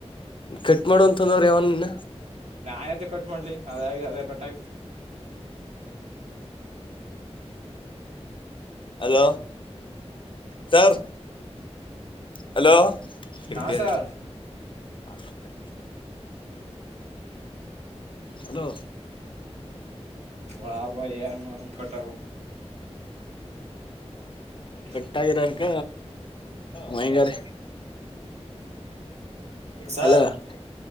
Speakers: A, on the left; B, on the right.
A: ಕೆಟ್ ಮಾಡುವ ಅಂತಂದವ್ರಿ ಯಾವನ್ನ
B: ನಾ ಯ್ದೇ ಕಟ್ ಮಾಡ್ಲಿ ಅದ ಅದೇ ಕೊಟ್ಟು
A: ಹಲೋ ಸರ್ ಹಲೋ
B: ಹಾ
A: ಕ
B: ಸರ್
A: ಮಾತಾಡ್ತ ಹಲೋ
B: ಬಾಬ ಕಟ <unintelligible>
A: ಟೈರಾರಕ ಭಯಂಗರ
B: ಸಾರ್
A: ಹಲೋಸ